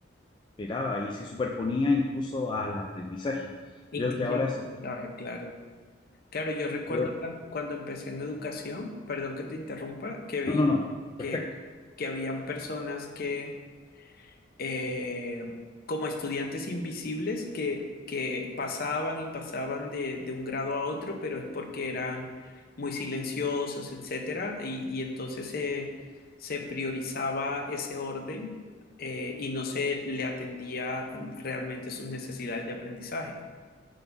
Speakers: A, on the left; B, on the left.
A: esperaba y se superponía incluso al aprendizaje.
B: Incluso
A: Creo que ahora
B: el aprendizaje,
A: se está...
B: claro. Claro, yo recuerdo
A: creo-
B: cuan- cuando empecé en educación, perdón que te interrumpa, que veía
A: no, no, no. Perfecto.
B: que, que habían personas que eh, como estudiantes invisibles que, que pasaban y pasaban de, de un grado a otro, pero es porque eran muy silenciosos, etcétera, y, y entonces se, se priorizaba ese orden eh, y no se le atendía realmente sus necesidades de aprendizaje.